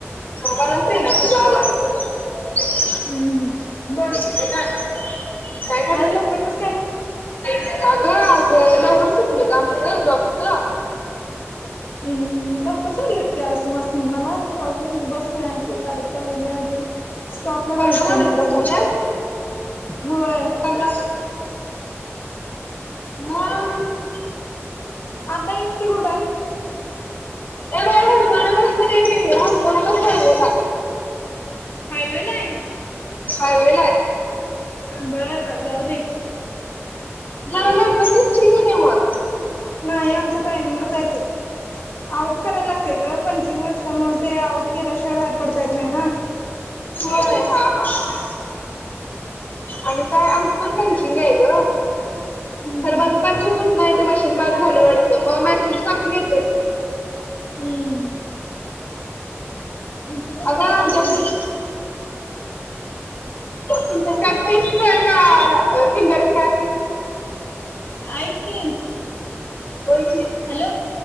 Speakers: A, on the left (about 40°); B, on the left (about 60°).
A: मलाच येईना तुझा आवाज. ह.
B: हम्म बोल.
A: इथं आणा थोडं फार <inaudible> काय
B: आज लवकर कसं काय?
A: करणार अगं अगं लवकर सुटलं गं आमचं जॉबचं.
B: हम्म लवकर सोडलेत की आज तुमास्नी मला अजून बस मिळायचीय चालत चाललोय मी अजून. स्टॉपला जायचाय
A: कमला कॉलेजला
B: मी अजून
A: चालल्यास
B: होय.
A: कमला मग
B: आता एस टी कुटाय
A: ए डायवर साडे बसमधे आहे मी आ सोडतोस का हायवेला.
B: हायवेला हाय.
A: हायवेला हाय
B: बर बर जाऊदे
A: जरा लवकर निघचील का नाय मग.
B: नाही आमचं टायमिंगच आहे ते. आऊट कराय लागतंय गं पंचिंग असल्यामुळं ते आऊट केल्याशिवाय बाहेर पडता येत नाही ना.
A: होय हा हा हा आणि काय आमचं पण पंचिंग हाय गं.
B: हम्म
A: खरं माझं पंच हूत नाय ते मशीन बाद झालंय वाडतं मग मेसेज टाकून येतोय.
B: हम्म आमचं तस
A: अगं
B: काय चालत
A: आमच्या
B: नाही.
A: फूड तुमच्या काय फीस्ट हाय का वर फिंगर काय.
B: ऐक की
A: बोल की
B: हॅलो